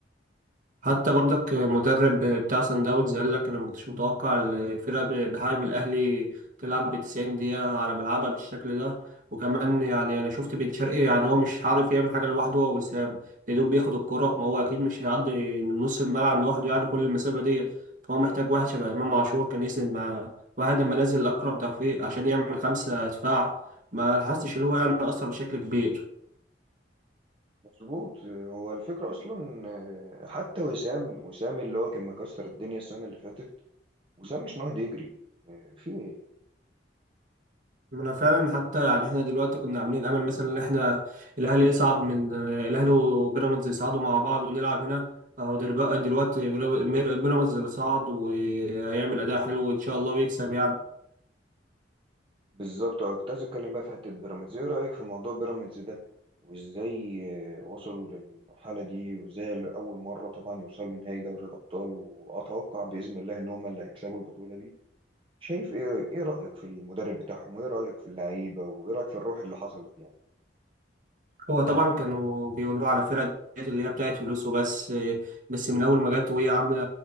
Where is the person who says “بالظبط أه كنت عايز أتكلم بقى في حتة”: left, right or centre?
Right